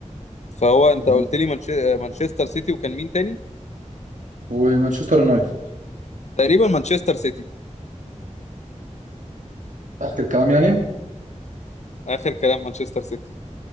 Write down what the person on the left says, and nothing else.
فهو انت
قلت لي منش... آه، مانشستر سيتي وكان مين تاني
تقريبا مانشستر سيتي
اخر كلام مانشستر سيتي